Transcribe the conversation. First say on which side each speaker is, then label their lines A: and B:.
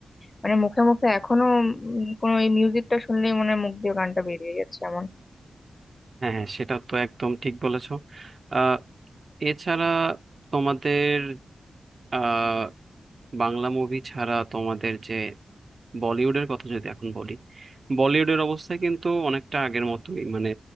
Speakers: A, on the left; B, on the right.
A: মানে মুখে মুখে এখনো উম, কোনো এই মিউজিকটা শুনলেই মনে হয় মুখ দিয়ে গানটা বেরিয়ে যাচ্ছে এমন
B: হ্যাঁ হ্যাঁ সেটা তো একদম ঠিক বলেছো আহ এছাড়া তোমাদের আহ বাংলা মুভি ছাড়া তোমাদের যে বলিউডের কথা যদি এখন বলি বলিউডের অবস্থা কিন্তু অনেকটা আগের মতোই মানে